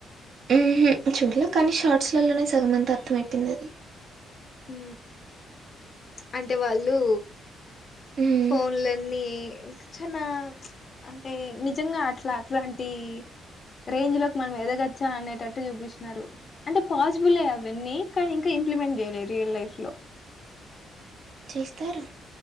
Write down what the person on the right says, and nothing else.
ఊహు చూడలే కానీ షార్ట్స్ లల్లనే సగం అంతా అర్థం అయిపోయింది అది.
హ్మ్
చేస్తారు